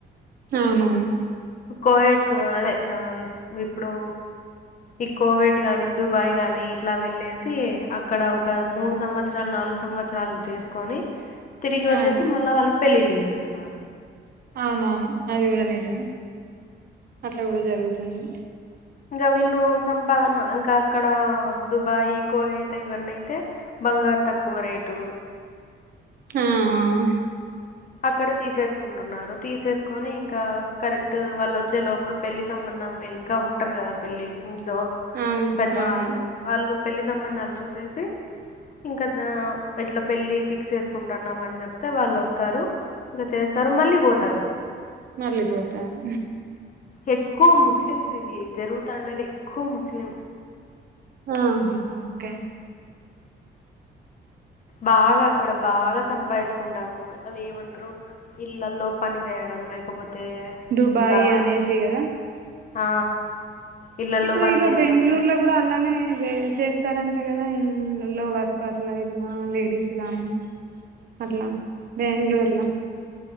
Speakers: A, on the right; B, on the left.
A: అవునవును
B: కోయట్ ఆ అదే అ ఇప్పుడు ఈ కోవెట్ గాని దుబాయ్ గాని ఇట్లా వెల్లెసి అక్కడ ఒక మూడు సంవ త్సరం నాలుగు సంవత్సరాలు చేసుకొని తిరిగి వచ్చేసి
A: ఆ
B: మళ్ల వాళ్ళకి పెళ్ళిళ్ళ చేస్తున్నారు
A: అవునవును అది కూడా నిజమే అట్లా కూడా జరుగుతుంది
B: ఇంకా వీళ్ళు సంపాదన ఇంకా అక్కడ దుబాయ్ కోవేట్ ఇవన్నీ అయితే బంగారు తక్కువ రేటు
A: ఆ అ
B: అక్కడే తీసేసుకుంటున్నారు తీసేసుకొని ఇంకా కరెక్ట్ వాళ్ళు వచ్చే లోపల పెళ్లి సంబంధం ఇంకా ఉంటారు కదా పెళ్లి ఇంట్లో
A: ఆ అవును
B: పెద్దవాళ్ళు
A: అవును
B: వాళ్ళు పెళ్లి సంబంధాలు చూస్త చెప్పేసి ఇంకా హ ఇట్లా పెళ్ళి ఫిక్స్ చేసుకుంటున్నామని చెప్తే వాళ్ళు వస్త తరు ఇల చేస్తారు మళ్ళీ పోతారు.
A: మళ్ళిపోతారు
B: ఎక్కువ ముస్లిమ్స్ ఇవి జరుగుతాండేది ఎక్కువ ముస్లిం.
A: ఆ హా హా ఓకే
B: బాగా అక్కడ బాగా సంపాదించుకుంటారు అది ఏమంటారు ఇళ్లల్లో పని చేయడం, లేకపోతే
A: దుబాయి
B: ఇంకా
A: అనేసి కదా.
B: ఆ ఇళ్ళల్లో
A: ఇప్పుడు
B: పని
A: ఇలా
B: చేయడం
A: బెంగుళూరు లో ఇప్పుడు అలానే చేస్తారంట కదా ఇండ్లలో వర్క్ అట్ల ఇలా లేడీస్ కానీ అట్లా బెంగళూర్లా